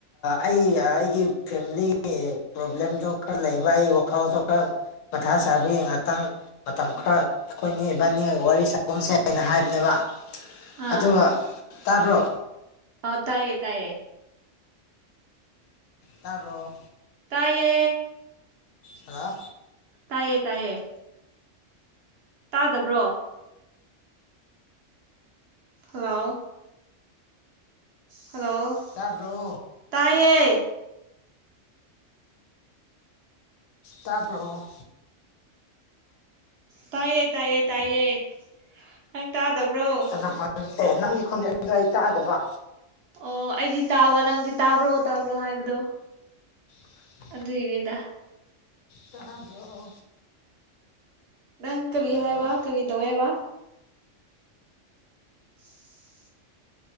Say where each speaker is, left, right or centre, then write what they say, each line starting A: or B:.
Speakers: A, on the left (about 80°); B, on the right (about 60°).
A: ꯑꯩ ꯑꯩꯒꯤ ꯐꯦꯃꯤꯂꯤꯒꯤ ꯄ꯭ꯔꯣꯕ꯭ꯂꯦꯝꯗꯣ ꯈꯔ ꯂꯩꯕ ꯑꯩ ꯋꯥꯈꯜꯗꯣ ꯈꯔ ꯃꯊꯥ ꯆꯥꯕ ꯌꯦ ꯉꯥꯛꯇꯪ ꯃꯇꯝ ꯈꯔ ꯑꯩꯈꯣꯏꯒꯤ ꯕꯥꯅꯤ ꯋꯥꯔꯤ ꯆꯥꯛꯈꯨꯝꯁꯦꯅ ꯍꯥꯏꯕꯅꯦꯕ
B: ꯑꯥ
A: ꯑꯗꯨꯒ ꯇꯥꯕ꯭ꯔꯣ
B: ꯑ ꯇꯌꯦ ꯇꯌꯦ
A: ꯇꯥꯔꯕꯣ
B: ꯇꯌꯦ
A: ꯍꯜꯂꯣ
B: ꯇꯥꯏꯌꯦ ꯇꯥꯏꯌꯦ ꯇꯥꯗꯕ꯭ꯔꯣ ꯍꯜꯂꯣ ꯍꯜꯂꯣ
A: ꯇꯥꯕ꯭ꯔꯣ
B: ꯇꯥꯏꯌꯦ
A: ꯇꯥꯔꯕ
B: ꯇꯥꯏꯌꯦ ꯇꯥꯏꯌꯦ ꯇꯥꯏꯌꯦ ꯅꯪ ꯇꯥꯗꯕ꯭ꯔꯣ
A: ꯅꯪ ꯈꯣꯟ ꯑꯦ ꯅꯪꯒꯤ ꯈꯣꯟꯖꯦꯜꯗ ꯑꯩ ꯇꯥꯛꯑꯗꯕ
B: ꯑꯣ ꯑꯩꯗꯤ ꯇꯥꯕ ꯅꯪꯗꯤ ꯇꯥꯕ꯭ꯔꯣ ꯇꯥꯕ꯭ꯔꯣ ꯍꯥꯏꯕꯗꯣ
A: <inaudible>
B: ꯑꯗꯨꯏꯅꯤꯗ
A: ꯇꯥꯕꯔꯣ
B: ꯅꯪ ꯀꯔꯤ
A: ꯍꯜꯂꯣ
B: ꯍꯥꯏꯕ ꯀꯔꯤ ꯇꯧꯏꯦ ꯍꯥꯏꯕ <unintelligible>